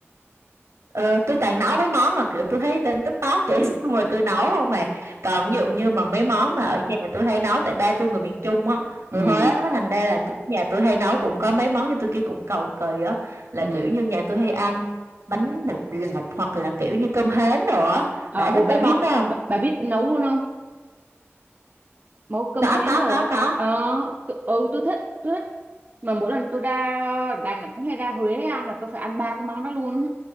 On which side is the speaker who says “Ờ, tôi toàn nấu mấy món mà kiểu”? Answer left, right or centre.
Right